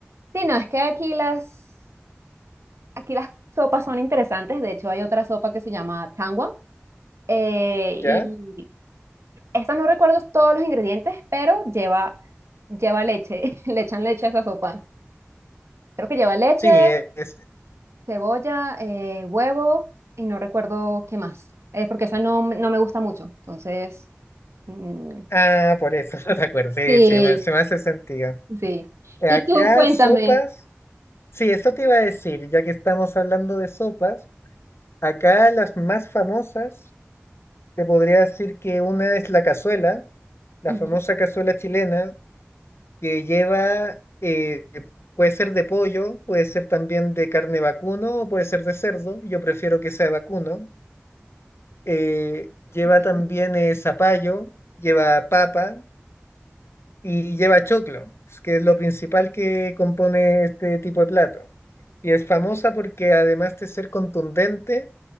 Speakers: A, on the right; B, on the left.
A: Sí, no, es que aquí las Aquí las sopas son interesantes. De hecho, hay otra sopa que se llama tangua. eh, y
B: ¿ya?
A: esta no recuerdo todos los ingredientes, pero lleva, lleva leche. <laughs> Le echan leche a esa sopa. Creo que lleva leche,
B: Sí, e, es...
A: cebolla, eh, huevo y no recuerdo qué más. eh, porque esa no, m- no me gusta mucho. Entonces, mm,
B: Ah, por eso, <laughs> no te acuerdas, sí,
A: sí,
B: sí, me- se me hace sentido.
A: sí.
B: Eh,
A: Y
B: Acá
A: tú cuéntame.
B: sopas, sí, eso te iba a decir, ya que estamos hablando de sopas, acá las más famosas, te podría decir que una es la cazuela la
A: Ujú,
B: famosa cazuela chilena que lleva, eh, puede ser de pollo, puede ser también de carne vacuno o puede ser de cerdo, yo prefiero que sea de vacuno. Eh, lleva
A: ok.
B: también eh, zapallo, lleva papa y lleva choclo, que es lo principal que compone este tipo de plato. Y es famosa porque además de ser contundente,